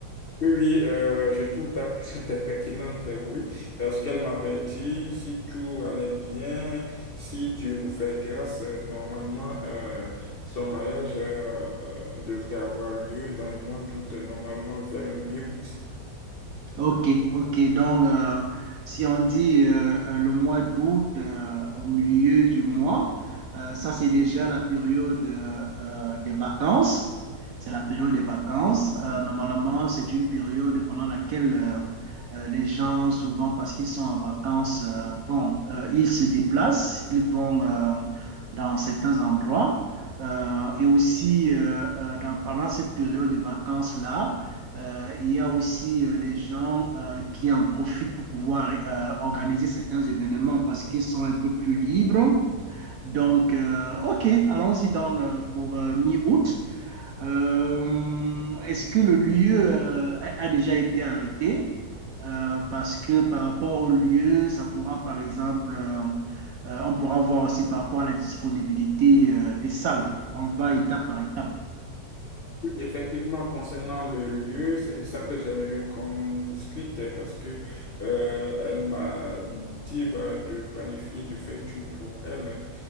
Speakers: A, on the left; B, on the right.
A: Oui, oui, euh, je trouve ta question très pertinente, oui. Euh, ce qu'elle m'avait dit, si tout allait bien, si Dieu nous fait grâce, euh, normalement, euh, son mariage euh, euh, devrait avoir lieu dans le mois d'août, euh, normalement vers le mi-août.
B: Ok, ok. Donc, euh, si on dit euh, euh, le mois d'août euh, au milieu du mois, euh, ça c'est déjà la période euh, euh, des vacances. C'est la période des vacances. Euh, normalement, c'est une période pendant laquelle euh, euh, les gens, souvent parce qu'ils sont en vacances, euh, bon, euh, ils se déplacent, ils vont euh, dans certains endroits. Euh, et aussi, euh, euh, dans- pendant cette période des vacances-là, euh, il y a aussi euh, des gens euh, qui en profitent pour pouvoir euh, organiser certains événements parce qu'ils sont un peu plus libres. Donc, euh, OK, allons-y donc euh, pour euh, mi-août. Euh, est-ce que le lieu euh, a, a déjà été arrêté? Euh, parce que par rapport au lieu, ça pourra, par exemple, euh, euh, on pourra voir aussi par rapport à la disponibilité euh, des salles. On va étape par étape.
A: Effectivement, concernant le lieu, c'est de ça que j'aimerais qu'on discute euh, parce que euh, elle m'a dit bah, de planifier, de faire tout pour elle.